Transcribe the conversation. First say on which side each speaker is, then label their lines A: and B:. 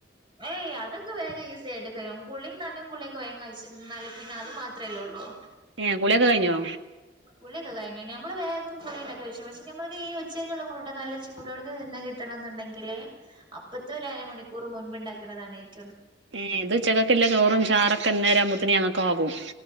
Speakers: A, on the right (about 25°); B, on the right (about 80°).
A: ഏയ് അതൊക്കെ വേം കയ്യും ഈസിയാട്ട് കഴിയും കുളീം നനേം കുളിയൊക്കെ വേഗം കഴിച്ചിരുന്നാല് പിന്നെ അത് മാത്രല്ലേള്ളൂ
B: ഏ കുളിയൊക്കെ കയ്ഞ്ഞോ
A: കുളിയൊക്കെ കയ്ഞ്ഞു നമ്മള് വേഗം കുള്യൊക്കെ കയ്ച്ച് പക്ഷെ നമ്മുക്ക് ഉച്ചേക്കുള്ള ഫുഡോക്കെ നല്ല ചൂടോട്‌ക്കെ തിന്നാൻ കിട്ടണംന്ന്ണ്ടെങ്കി ണ്ടെങ്കിൽ അപ്പത്ത ഒരു അരമണിക്കൂർ മുൻപ് ഉണ്ടാക്ക് ണതാണ് ഏറ്റ
B: ഏ ഇത് ഉച്ചക്കെക്കൊള്ളെ ചോറും ചാറൊക്കെ ഇന്നേരാവുമ്പത്തിനും ഞങ്ങക്കാകും